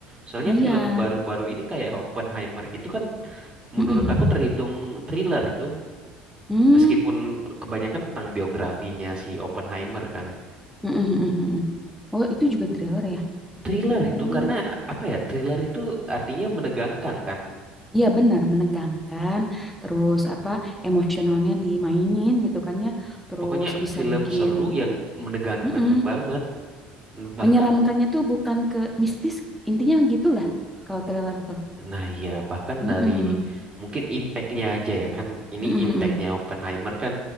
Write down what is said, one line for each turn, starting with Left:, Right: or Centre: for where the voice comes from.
Right: Soalnya film
Centre: Iya,
Right: baru-baru ini kayak Oppenheimer gitu kan
Centre: heeh.
Right: menurut aku terhitung thriller itu.
Centre: Hmm,
Right: Meskipun kebanyakan tentang biografinya si Oppenheimer kan.
Centre: heeh, heeh, heeh. Oh, itu juga thriller ya?
Right: Thriller
Centre: Oh,
Right: itu karena apa ya? Thriller itu artinya menegangkan kan.
Centre: Iya benar, menegangkan, terus apa emosionalnya dimainin gitu kan ya, terus
Right: Pokoknya
Centre: bisa
Right: film
Centre: bikin,
Right: seru yang menegangkan
Centre: Mm-mm.
Right: banget. Bahkan,
Centre: Menyeramkannya tuh bukan ke mistis, intinya gitulah kalau trailer tuh.
Right: nah iya, bahkan
Centre: Mm-mm.
Right: dari mungkin impactnya aja ya kan. Ini
Centre: Mm-mm,
Right: impactnya
Centre: mm-mm,
Right: Oppenheimer kan.